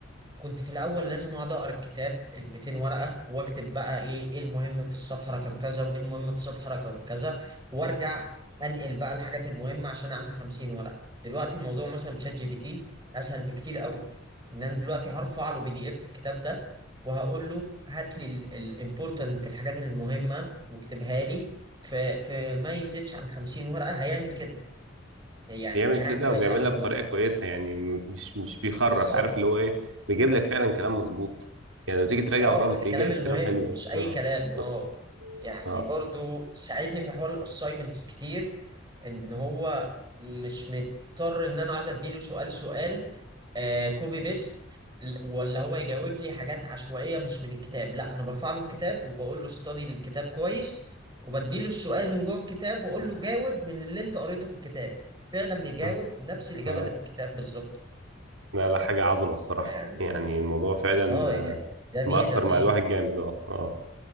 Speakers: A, on the right; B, on the right.
A: كنت في الاول لازم اقعد اقرا الكتاب ال 200 ورقه واكتب بقى ايه ايه المهم في الصفحه رقم كذا وايه المهم في الصفحه رقم كذا وارجع انقل بقى الحاجات المهمه عشان اعمل 50 ورقه دلوقتي الموضوع مثلا بشات جي بي تي اسهل بكتير قوي ان انا دلوقتي هرفع له بي دي اف الكتاب ده وهقول له هات لي الامبورتنت الحاجات المهمه واكتبها لي في في ما يزيدش عن 50 ورقه هيعمل كده يعني
B: بيعمل
A: دي حاجه
B: كده
A: كويسه
B: وبيعملها
A: قوي
B: بطريقة
A: برضه
B: كويسة يعني م- مش مش بيخرف
A: بالظبط
B: عارف اللي هو ايه بيجيب لك فعلا كلام مظبوط يعني لما تيجي تراجع
A: اه
B: وراه
A: الكلام
B: بتلاقيه جايب
A: المهم
B: كلام حلو
A: مش اي
B: اه
A: كلام
B: بالظبط
A: اه يعني
B: اه
A: برضو ساعدني في حوار الاساينمنتس كتير ان هو مش مضطر ان انا اقعد اديله سؤال سؤال آه كوبي بيست ولا هو يجاوب لي حاجات عشوائيه مش من الكتاب لا انا برفع له الكتاب وبقول له استدي الكتاب كويس وبديله السؤال من جوه الكتاب واقول له جاوب من اللي انت قريته في الكتاب فعلا بيجاوب
B: اه
A: نفس الاجابه
B: اه
A: اللي في الكتاب بالظبط
B: لا لا حاجة عظمة الصراحة
A: يعني
B: يعني الموضوع فعلا
A: اه
B: آه،
A: يعني ده ميزه
B: مأثر
A: فيه
B: مع الواحد جامد اه اه